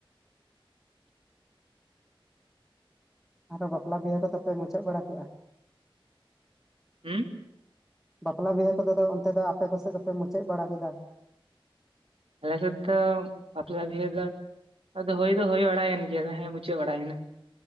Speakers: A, in the centre; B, on the right.
A: ᱟᱫᱚ ᱵᱟᱯᱞᱟ ᱵᱤᱦᱟᱹ ᱠᱚ ᱫᱚ ᱯᱮ ᱢᱩᱪᱟᱹᱫ ᱵᱟᱲᱟ ᱠᱮᱜᱼᱟ?
B: ᱦᱩᱸ
A: ᱵᱟᱯᱞᱟ ᱵᱤᱦᱟᱹ ᱠᱚ ᱫᱚ ᱟᱫᱚ ᱚᱱᱛᱮ ᱫᱚ ᱟᱯᱮ ᱠᱚᱥᱮᱫ ᱫᱚ ᱯᱮ ᱢᱩᱪᱟᱹᱫ ᱵᱟᱲᱟ ᱠᱮᱫᱟ?
B: ᱟᱞᱮ ᱥᱮᱫ ᱫᱚ ᱵᱟᱯᱞᱟ ᱵᱤᱦᱟᱹ ᱫᱚ ᱟᱫᱚ ᱦᱩᱭ ᱫᱚ ᱦᱩᱭ ᱵᱟᱲᱟᱭᱮᱱ ᱜᱮᱭᱟ ᱦᱮᱸ ᱢᱩᱪᱟᱹᱫ ᱵᱟᱲᱟᱭᱮᱱᱟ᱾